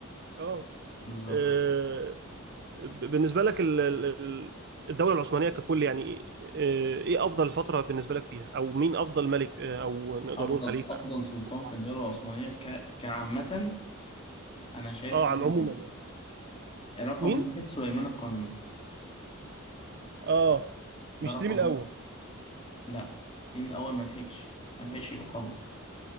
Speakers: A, on the right; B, on the left.
A: اه
B: بالظبط
A: آه، ب- بالنسبه لك ال- ال- الدوله العثمانيه ككل يعني آه، ايه افضل فتره بالنسبه لك فيها او مين افضل ملك آه، او نقدر
B: أفضل
A: نقول خليفه
B: أفضل
A: او
B: سلطان
A: سلطان
B: في الدولة العثمانية ك... كعامة أنا شايف
A: اه
B: طبعا
A: عم عموما يعني.
B: رقم
A: مين
B: واحد سليمان القانوني
A: اه مش
B: ده رقم
A: سليم الاول
B: واحد لا سليم الأول ملحقش ملحقش يبقى قوي